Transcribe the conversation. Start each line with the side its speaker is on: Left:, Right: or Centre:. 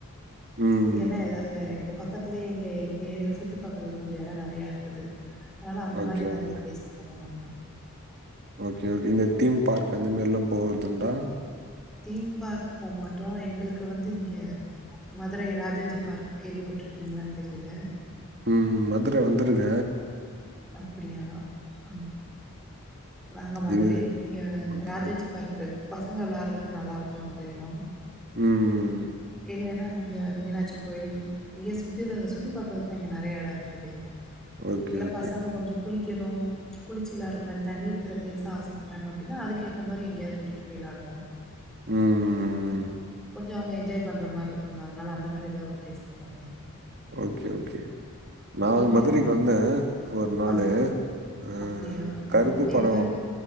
Right: ம்
Centre: இல்லன்னா ஏதாவது வேற இங்க பக்கத் துலயே எங்க எங்க ஏரியால சுத்தி பாக்குறதுக்கு கொஞ்சோ எடோ ந நெறையா இருக்குது அதனால அந்த
Right: ஓகே
Centre: மாரி ஏதாவது
Right: ஓகே
Centre: ஒரு பிளேஸ்க்கு போவோ நாங்க
Right: ஓகே ஓகே இங்க தீம் பார்க் அந்த மாரிலாம் போகறதுன்டா
Centre: தீம் பார்க் போமாட்டோ எங்களுக்கு வந்து இங்க மதுரை ராஜாஜி பார்க் கேள்விப்பட்டிருப்பீங்களான் தெரியல
Right: ம் மதுர வந்துருக்க
Centre: அப்டியா ம் நாங்க மதுரை
Right: இது
Centre: இங்க இங்க
Right: ஓகே
Centre: ராஜாஜி பார்க்கு பசங்க வெளாடுறதுக்கு நல்லா இருக்கு அந்த எடோ
Right: ம்
Centre: இல்லன்னா இங்க மீனாட்சி கோயில் இங்க சுத்தி சுத்தி பாக்குறதுக்கெல்லா இங்க நெறையா எடோ இருக்குதே
Right: ஓகே,
Centre: இல்ல
Right: ஓகே.
Centre: பசங்க கொஞ்சோ குளிக் க்கனு குளிச்சு விளாடுற மாரி தண்ணி இருக்குற பிளேஸ்ஸா ஆசப்பட்டாங்க அப்டின்னா அதுக்க ஏத்த மாரி எங்கேயாவது கூட்டிட்டு போய் விளயாடுவோ
Right: ம் ம் ம்
Centre: கொஞ்சோ அவங்க என்ஜாய் பண்ற மாரி இருக்கும்லா அதனால அந்த மாரி ஏதாவது ஒரு பிளேஸ்க்கு போனு
Right: ஓகே ஓகே நா
Centre: நீங்க?
Right: மதுரைக்கு வந்த ஒரு நாளு
Centre: ஆ.
Right: அ
Centre: அப்டியா?
Right: கருப்பு
Centre: ம்.
Right: படோ
Centre: எங்க?